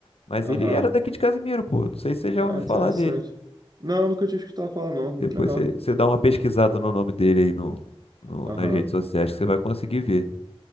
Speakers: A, on the left; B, on the right.
A: mas
B: Aham.
A: ele era daqui de Casimiro, pô. Não sei se você já
B: Ah,
A: ouviu falar
B: interessante.
A: dele.
B: Não, nunca tinha escutado falar, não. Muito
A: Depois
B: legal.
A: você, você dá uma pesquisada no nome dele aí no, no-
B: Aham,
A: nas redes sociais que você vai conseguir ver.